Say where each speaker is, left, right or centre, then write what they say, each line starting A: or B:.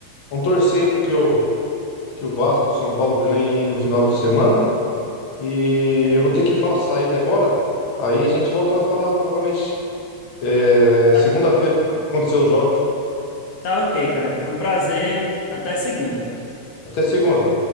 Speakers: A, on the left; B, on the left.
A: vou torcer aí pro que o, que o Vasco e o São Paulo ganhem aí no final de semana. E
B: É.
A: eu vou ter que dar uma saída agora. Aí a gente volta a falar novamente é,
B: Tá,
A: segunda-feira, depois que acontecer os jogos.
B: tá ok, cara. Foi um prazer. Até segunda.
A: Até segunda.